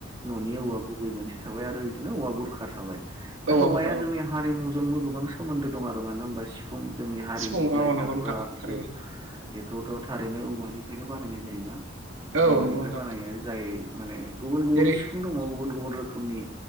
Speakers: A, on the right; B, on the right.
A: न' औ गुबै मोनसे थाबाय आरो बिनो औवा बुरखा थाबाय दा
B: औवाफोरखौ
A: औवाया
B: औ
A: जोंनि हारिमु जोंबो गोबां सोमोन्दो दं आरो मानो होनबा सिफुं जोंनि हारिनि
B: सिफुं
A: जाय
B: औ नंगौ
A: दामग्रा
B: नोंथां
A: आगजु
B: थारैनो
A: बेखौथ' थारैनो औवानिफ्रायनो बानायनाय जायोना
B: औ
A: औवानिफ्राय
B: नंगौ नोंथां
A: बानायो जाय माने गुबुन गुबुन
B: जेरै
A: सिफुं दङ गुबुन गुबुन रोखोमनि